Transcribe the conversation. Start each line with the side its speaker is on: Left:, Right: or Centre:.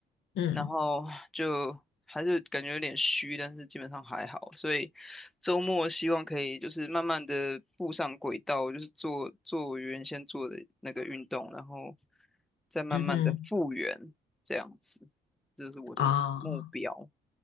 Left: 嗯
Centre: 然后就还是感觉有点虚，但是基本上还好，所以周末希望可以就是慢慢的步上轨道，就是做做我原先做的那个运动，然后再慢慢的复原，
Left: 嗯哼，
Centre: 这样子，这是我的目标。
Left: 哦，